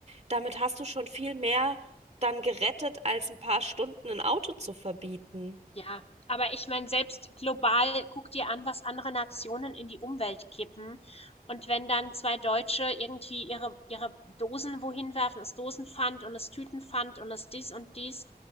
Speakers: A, on the right (about 45°); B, on the left (about 40°).
A: Damit hast du schon viel mehr dann gerettet, als ein paar Stunden ein Auto zu verbieten.
B: Ja, aber ich meine, selbst global guck dir an, was andere Nationen in die Umwelt kippen. Und wenn dann zwei Deutsche irgendwie ihre, ihre Dosen wohin werfen, das Dosenpfand und das Tütenpfand und das dies und dies.